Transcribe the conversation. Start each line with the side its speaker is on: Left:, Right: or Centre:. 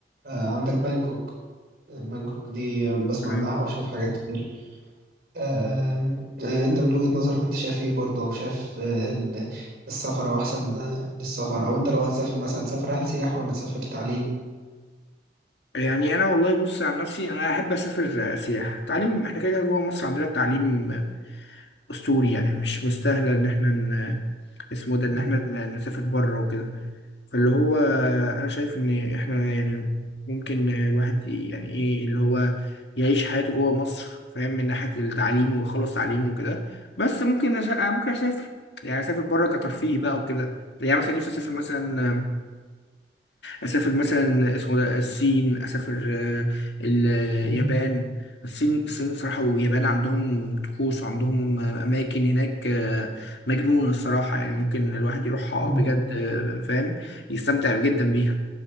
Right: آه، عندك بانكوك بانكوك دي بسمع
Left: تمام
Right: عنها وأشوف حاجات كتير آم، آه، أنت من وجهة نظرك أنت شايف إيه برضه أو شايف آه، ال- السفر أو أحسن آه، للسفر أو أنت لو هتسافر مثلا هتسافر هل سياحة ولا تسافر تعليم؟
Left: يعني انا والله بص عن نفسي انا احب اسافر آه، سياحه تعليم احنا كده كده جوه مصر عندنا التعليم آه، اسطوري يعني مش مستاهله ان احنا ن- اسمه إيه ده ان
Right: مم.
Left: احنا ن- نسافر بره وكده فاللي هو آه، انا شايف ان احنا يعني ممكن آه، الواحد ي- يعني ايه اللي هو يعيش حياته جوه مصر فاهم من ناحيه التعليم ويخلص تعليمه وكده بس ممكن أش... آه، ممكن اسافر يعني اسافر بره كترفيه بقى وكده يعني مثلا نفسي اسافر مثلا اسافر مثلا اسمه ده الصين اسافر آه، اليابان
Right: مم.
Left: الصين الصين صراحة واليابان عندهم طقوس وعندهم آه، أماكن هناك آه، مجنونة الصراحة يعني ممكن الواحد يروحها
Right: مم.
Left: بجد آه، فاهم يستمتع جدا بيها